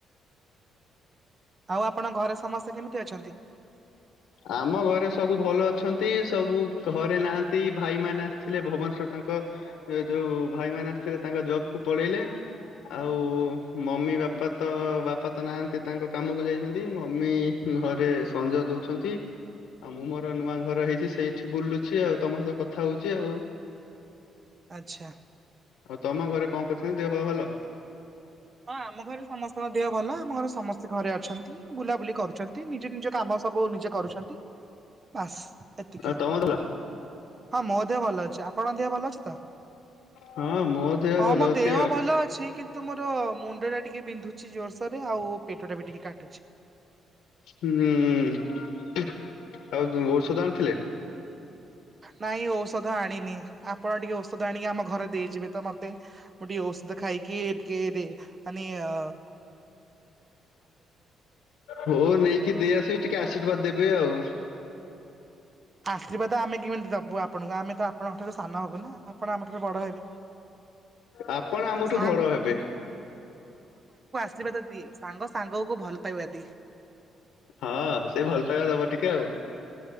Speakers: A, on the right; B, on the left.
A: ଆଉ ଆପ ଆପଣଙ୍କ ଘରେ ସମସ୍ତେ କେମିତି ଅଛନ୍ତି
B: ଆମ ଘରେ ସବୁ ଭଲ ଅଛନ୍ତି ସବୁ ଘରେ ନାହାନ୍ତି ଭାଇ ମାନ ଆସିଥିଲେ ଭବନେଶ୍ଵର ତାଙ୍କ ଯୋଉ ଭାଇ ମାନ ଆସିଥିଲେ ତାଙ୍କ ଜବ୍ କୁ ପଳେଇଲେ ଆଉ ମମି ବାପା ତ ବାପା ତ ନାହାନ୍ତି ତାଙ୍କ କାମକୁ ଯାଇଛନ୍ତି ମମି ଘରେ ସଂଞ ଦଉଛନ୍ ନ୍ତି ଆଉ ମୁଁ ମୋର ନୂଆ ଘର ହେଇଛି ସେଇଠି ବୁଲୁଛି ଆଉ ତମ ସହିତ କଥା ହଉଛି ଆଉ।
A: ଆଚ୍ଛା।
B: ଆଉ ତମ ଘରେ କଣ କରୁଛନ୍ତି ଦେହ ପା ଭଲ।
A: ହଁ ଆମ ଘରେ ସମସ୍ତଙ୍କ ଦେହ ଭଲ ଆମ ଘରେ ସମସ୍ତେ ଘରେ ଅଛନ୍ତି ବୁଲାବୁଲି କରୁଛନ୍ତି ନିଜ ନିଜ କାମ ସବୁ । ନିଜେ କରୁଛନ୍ତି । ବାସ୍ । ଏତିକି
B: ଆଉ ତମ ଭଲ
A: ହଁ ମୋ ଦେହ ଭଲ ଅଛି ଆପଣ ଦେହ ଭଲ ଅଛି ।
B: ହଁ ମୋ ଦେହ
A: ହଁ
B: ଭଲ
A: ମୋ
B: ଅଛି
A: ଦେହ
B: ଆଉ।
A: ଭଲ ଅଛି । କିନ୍ତୁ ମତେ କିନ୍ତୁ ମୁଣ୍ଡ ଟା ଟିକେ ବିନ୍ଧୁଛି ଜୋରସୋରେ ଆଉ ପେଟ ଟା ବି ଟିକେ କାଟ
B: ହୁଁ । ଆଉ ଦୁ ଔଷଧ ଆଣିଥିଲେ ।
A: ନାଇଁ ଔଷଧ ଆଣିନି ଆପଣ ଟିକେ ଔଷଧ ଆଣିକି ଆମ ଘରେ ଦେଇଯିବେ ତ ମତେ ମୁଁ ଟିକେ ଔଷଧ ଖାଇକି ଟିକେ ରି ମାନେ ଅ
B: ହଉ ନେଇକି ଦେଇ ଆସିବି ଟିକେ ଆଶୀର୍ବାଦ ଦେବେ ଆଉ।
A: ଆଶୀର୍ବାଦ ଆମେ କେମିତି ଦବୁ ଆପଣଙ୍କୁ ଆମେ ତ ଆପଣଙ୍କ ଠାରୁ ସାନ ହବୁ ନା ଆପଣ ଆମ ଠାରୁ ବଡ ହେବେ।
B: ଆପଣ ଆମଠୁ
A: ସାଙ୍ଗ
B: ବଡ ହେବେ ।
A: ଅଶ୍ରିବାଦ ଦିଏ ସାଙ୍ଗ ସାଙ୍ଗ କୁ ଭଲ ପାଇବା ଦିଏ।
B: ହଁ ସେଇ ଭଲ ପାଇବା ଦବ ଟିକେ ଆଉ।